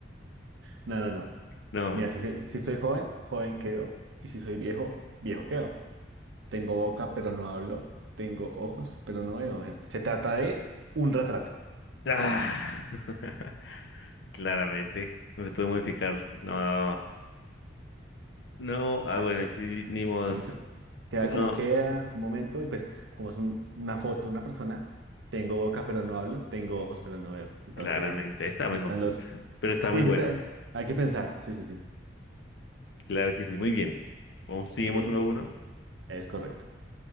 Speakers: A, on the right; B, on the left.
A: No, no, no.
B: no.
A: Mira, si soy, si soy joven, joven quedo. Y si soy viejo, viejo quedo. Tengo boca, pero no hablo. Tengo ojos, pero no veo. Eh, Se trata de un retrato.
B: Ah. <laughs> Claramente, no se puede modificar. No, no.
A: Exacto.
B: Ah, bueno, sí, ni modo.
A: En su- Queda
B: Uno,
A: como queda en su momento y pues como es un- una foto, una persona, tengo boca, pero no hablo. Tengo ojos, pero no veo. Entonces,
B: claramente, está
A: ahí
B: muy
A: están
B: compl-
A: los...
B: <laughs> pero está
A: Sí,
B: muy
A: se
B: bueno.
A: está-
B: <laughs>
A: hay que pensar. Sí, sí, sí.
B: Claro que sí, muy bien. Vamos, seguimos
A: Bien,
B: uno a uno.
A: es correcto.